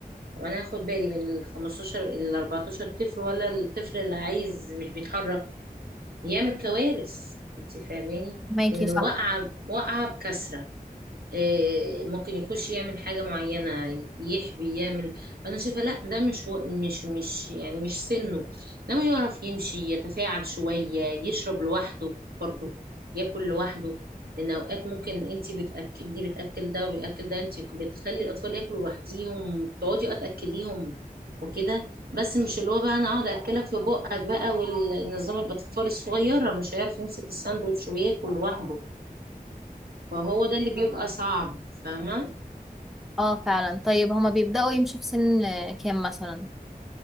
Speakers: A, on the right; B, in the centre.
A: طب انا هاخد بالي من ال 15 ال 14 طفل ولا الطفل اللي عايز مش بيتحرك يعمل كوارث انت فاهماني
B: فاهماكي
A: لان
B: صح
A: واقعه واقعه بكثره آه، ممكن يخش يعمل حاجة معينة يحبي يعمل فأنا شايفة لا ده مش و- مش مش يعني مش سنه لما يعرف يمشي يتفاعل شوية يشرب لوحده برضه ياكل لوحده لأن أوقات ممكن أنت بتأكل دي بتأكل ده وبيأكل ده أنت بتخلي الأطفال ياكلوا لوحديهم تقعدي أه تأكليهم وكده بس مش اللي هو بقى أنا أقعد أكلك في بقك بقى والنظام الأطفال الصغيرة مش هيعرف يمسك الساندوتش وياكل لوحده فهو ده اللي بيبقى صعب فاهمة
B: اه فعلا طيب هما بيبدأوا يمشوا في سن آه، كام مثلا